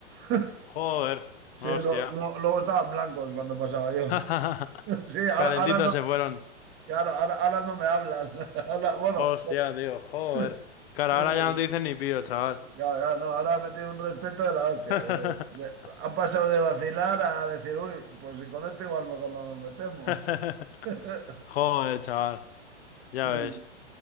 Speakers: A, on the right; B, on the left.
A: <laughs>
B: Joder,
A: Sí,
B: hostia.
A: lo- lo- luego estaban blancos cuando pasaba yo.
B: <laughs>
A: <laughs> Sí, ahora,
B: Calentitos
A: ahora no,
B: se fueron.
A: claro, ahora, ahora no me hablan. <laughs> Ahora- bueno,
B: Hostia, tío, joder.
A: <laughs>
B: Cara,
A: sí,
B: ahora
A: sí.
B: ya no te dicen ni pío, chaval.
A: Claro, claro, no, ahora ha metido un respeto de la hostia.
B: <laughs>
A: de- de- han pasado de vacilar a decir, uy, pues si con esto igual mejor no nos metemos.
B: <laughs>
A: <laughs>
B: Joder, chaval. Ya
A: Sí,
B: ves.